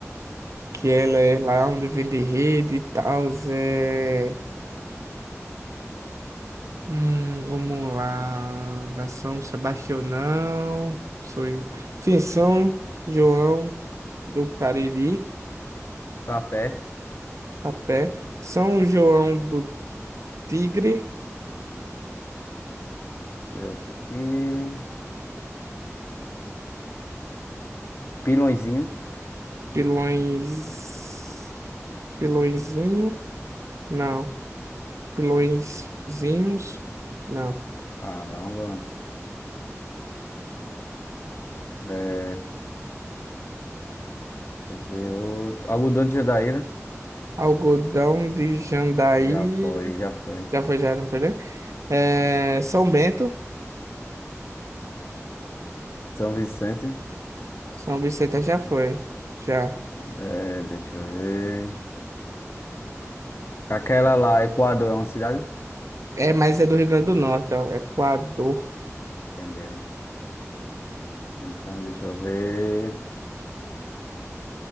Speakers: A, on the right (about 70°); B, on the left (about 50°).
A: Que ela é lá onde vende rede e tal. É... Hum, vamos lá. Da São Sebastião, não. Sou Jo- Tem São João do Cariri,
B: Sapé.
A: a pé. São João do Tigre,
B: Deixa eu ver outro aqui. Pilõezinho.
A: Pilões. Pilõezinho? Não. Pilõezinhos? Não.
B: Caramba. É, deixa eu ver outro. Algodão de Jandaíra.
A: Algodão de Jandaíra.
B: Já foi, já foi.
A: Já foi, já não foi, né? É, São Bento.
B: São Vicente.
A: São Vicente já foi. Já.
B: É, deixa eu ver. Aquela lá, Equador é uma cidade?
A: É, mas é do Rio Grande do Norte, ó. Equador.
B: Entendeu? Então, deixa eu ver.